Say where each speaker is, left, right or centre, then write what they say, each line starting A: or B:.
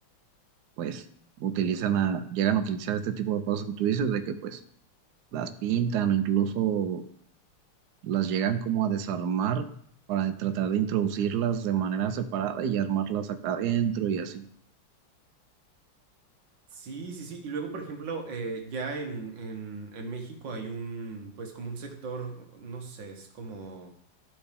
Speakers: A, on the right; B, on the right.
A: pues utilizan a, llegan a utilizar este tipo de cosas que tú dices, de que pues las pintan o incluso las llegan como a desarmar para tratar de introducirlas de manera separada y armarlas acá adentro y así.
B: Sí, sí, sí. Y luego, por ejemplo, eh, ya en, en, en México hay un, pues como un sector, no sé, es como...